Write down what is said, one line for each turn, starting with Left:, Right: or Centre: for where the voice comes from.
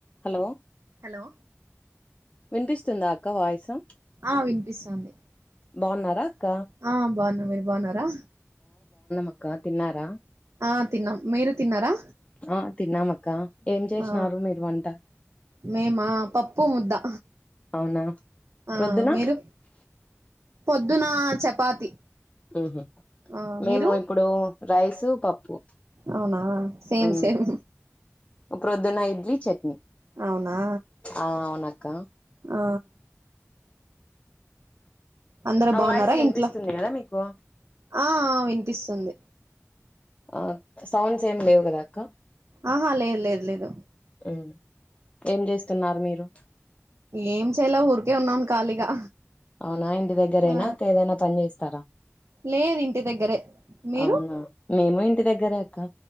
Left: Hello
Right: hello
Left: వినిపిస్తుందా అక్క voice
Right: ఆ వినిపిస్తాంది
Left: బాగున్నారా అక్క
Right: ఆ బాగున్నా మీరు బాగున్నారా
Left: అకా తిన్నారా
Right: ఆ తిన్నాం మీరు తిన్నారా
Left: ఆ తిన్నామక్క ఏం చేసినారు
Right: ఆ
Left: మీరు వంట
Right: మే మా పప్పు ముద్దా
Left: అవునా
Right: ఆ
Left: ప్రొద్దున
Right: మీరు పొద్దున చపాతి
Left: ఊహు
Right: ఆ
Left: మేము
Right: మీరు
Left: ఇప్పుడు రైసు పప్పు
Right: అవునా సేమ్
Left: ఉమ్
Right: సేమ్
Left: ఉ ప్రొద్దున ఇడ్లీ చట్నీ
Right: అవునా
Left: ఆ ఔనక్క
Right: ఆ అందరు
Left: నా
Right: బాగున్నారా
Left: వాయిస్ వినిపిస్తుంది
Right: ఇంట్లో
Left: కదా మీకు
Right: ఆఆ వినిపిస్తుంది
Left: ఆ సౌండ్స్ ఏం లేవు కదా అక్క
Right: ఆహా లేదు లేదు లేదు
Left: ఉమ్ ఏం చేస్తున్నారు మీరు
Right: ఏం చేయల ఊరికే ఉన్నాను ఖాళీగా
Left: అవునా ఇంటి దగ్గరేనా
Right: ఆ
Left: అక్క ఏదైనా పని చేస్తారా
Right: లేదు ఇంటి దగ్గరే మీరు
Left: అవునా మేమూ ఇంటి దగ్గరే అక్క